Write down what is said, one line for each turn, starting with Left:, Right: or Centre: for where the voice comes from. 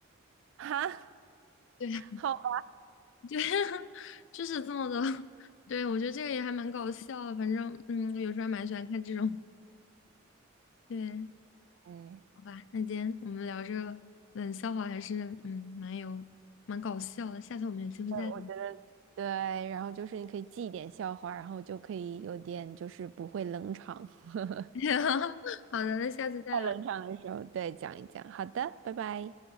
Right: 哈，
Left: 对
Right: 好吧，
Left: 对，<laughs> 就是这么的。<laughs> 对，我觉得这个也还蛮搞笑的，反正嗯，有时候还蛮喜欢看这种。对，
Right: 哎。
Left: 好吧，那今天我们聊这个冷笑话还是嗯蛮有蛮搞笑的，下次我们有机会再聊。
Right: 呃，我觉得对，然后就是你可以记一点笑话，然后就可以有点就是不会冷场，<laughs>
Left: <laughs> 好的，那下次再聊。
Right: 太冷场的时候对讲一讲。好的，拜拜。